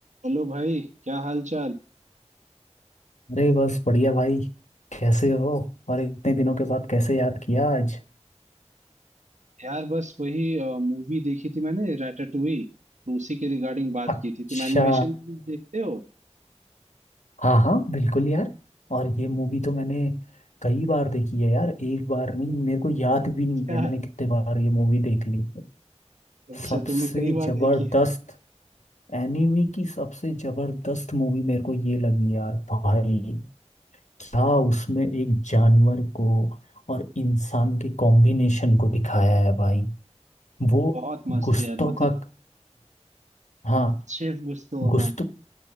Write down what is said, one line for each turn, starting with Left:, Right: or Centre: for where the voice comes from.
Right: Hello भाई क्या हाल चाल
Left: अरे बस बढ़िया भाई कैसे हो और इतने दिनों के बाद कैसे याद किया आज
Right: यार बस वही मूवी देखी थी मैंने रैटाटुई तो उसी के रिगार्डिंग बात
Left: अच्छा
Right: की थी तुम एनिमेशन मूवीज देखते हो
Left: हाँ हाँ बिल्कुल यार और ये मूवी तो मैंने कई बार देखी है यार एक बार नहीं मेरे को याद
Right: <laughs>
Left: भी नहीं
Right: क्या
Left: है मैंने कितने बार ये मूवी देख ली
Right: अच्छा
Left: सबसे
Right: तुमने कई बार
Left: जबरदस्त
Right: देखी है
Left: एनिमी की सबसे जबरदस्त मूवी मेरे को ये लगी यार भाई क्या उसमें एक जानवर को और इंसान के कॉम्बिनेशन को दिखाया है भाई वो
Right: बहुत मस्त
Left: गुस्तों
Right: यार मतलब
Left: का हाँ
Right: शेफ गुस्तो
Left: गुस्त
Right: हाँ